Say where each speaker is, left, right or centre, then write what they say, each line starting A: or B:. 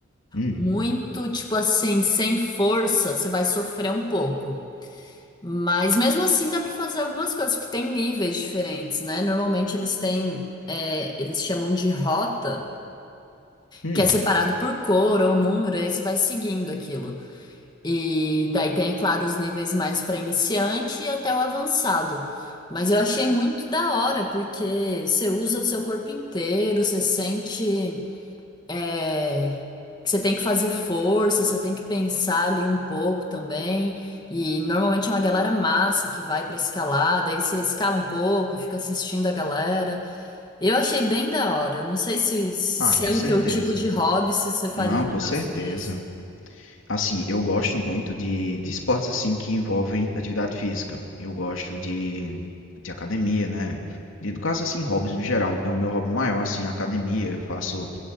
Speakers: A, on the left; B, on the left.
A: Hum,
B: muito, tipo assim, sem força, você vai sofrer um pouco. Mas mesmo assim dá para fazer algumas coisas, porque tem níveis diferentes, né? Normalmente eles têm, é, eles chamam de rota,
A: hum.
B: que é separado por cor ou número, e aí você vai seguindo aquilo. E daí tem, é claro, os níveis mais para iniciante e até o avançado. Mas eu achei muito da hora, porque você usa o seu corpo inteiro, você sente. É, que você tem que fazer força, você tem que pensar ali um pouco também. E normalmente é uma galera massa que vai pra escalar, daí você escala um pouco, fica assistindo a galera. Eu achei bem da hora. Não sei se, se,
A: Ah,
B: se
A: com
B: é o
A: certeza.
B: teu tipo de hobby, se você faria
A: Não,
B: um
A: com
B: negócio
A: certeza.
B: desse.
A: Assim, eu gosto muito de, de esportes assim que envolvem atividade física. Eu gosto de, de academia, né? E no caso, assim, hobbies no geral. É o meu hobby maior, assim, academia. Eu faço